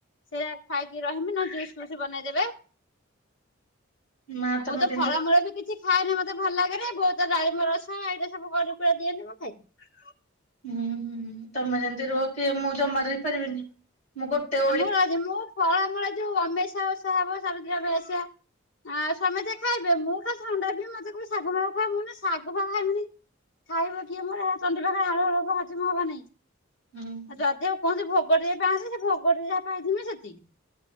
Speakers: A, on the left; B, on the left.
A: ସେଇଟା ଖାଇକି ରହିବି ନ ହେଲେ ଜୁସ୍ ଫୁସ୍ ବନେଇଦେବେ।
B: ମା
A: <inaudible>
B: ତମେ
A: ମୁଁ ତ
B: କେମିତି
A: ଫଳମୂଳ ବି କିଛି ଖାଏନା ମତେ ଭଲ ଲାଗେନି ବୋଉ ତ ଡାଳିମ୍ବ ରସ ଏଇଟା ସବୁ ଗୋଳେଇକି ଦିଅନ୍ତିି ମୁଁ ଖାଇଦିଏ।
B: ହୁଁ ହୁଁ ତମେ ଯେମତି ରହୁଚି ମୁଁ ଜମା ରହିପାରିବିନି। ମୁଁ ଗୋଟେ ଓଳି
A: ନା ମୁଁ ଆଜି ମୁଁ ଫଳମୂଳ ଯୋଉ ଅମେଇଷା ଓଷା ହବ ସାବିତ୍ରୀ ଅମାବାସ୍ୟା। ଆଉ ସମେତେ ଖାଇବେ ମୁଁ ଖାଲି ଥଣ୍ଡା ପିଇବି ମତେ କହିବେ ସାଗୁ ମାଗୁ ଖା ମୁଁ କହିବି ସାଗୁ ମାଗୁ ଖାଇବିନି। ଖାଇବ କିଏ ମୋର ସେରା ତଣ୍ଟି ପାଖରେ ହାଳୁ ହାଳୁ ହଜମ ହବନି।
B: ହୁଁ।
A: ଯଦି ବା କୁହନ୍ତି ଭୋଗ ଟିକେ ପାନ୍ତି ସେ ଭୋଗ ଟିକେ ଯାହା ପାଇଥିବି ସେତିକି।